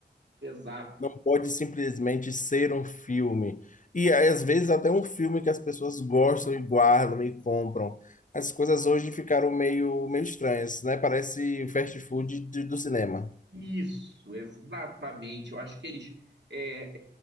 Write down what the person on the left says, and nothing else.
Não pode simplesmente ser um filme. E às vezes até um filme que as pessoas gostam e guardam e compram. As coisas hoje ficaram meio, meio estranhas, né? Parece fast food de- do cinema.